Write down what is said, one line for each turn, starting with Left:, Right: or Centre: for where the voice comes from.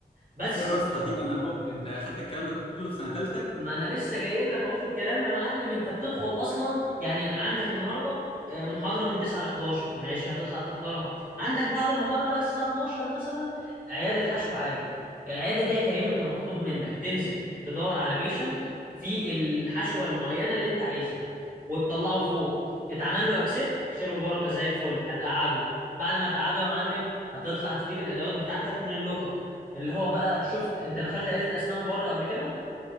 Right: بس
Left: ايه الرصه دي انا خفت انت اخدت الكلام ده كله في سنه ثالثه
Right: ما انا لسه جاي لك اهو في الكلام يا معلم انت بتدخل اصلا يعني عندك النهارده آه، محاضره من 9 ل 11 ماشي هتطلع تحضرها عندك بعد المحاضره بقى الساعه 12 مثلا عياده حشو عادي العياده دي يا كريم انت مطلوب منك تنزل تدور على بيشنت في الحشوه المعينه اللي انت عايزها وتطلعه فوق اتعمل له اكسبت خير وبركه زي الفل هتقعده بعد ما تقعده يا معلم هتطلع تجيب الادوات بتاعتك من اللوكر اللي هو بقى شفت انت دخلت عياده اسنان بره قبل كده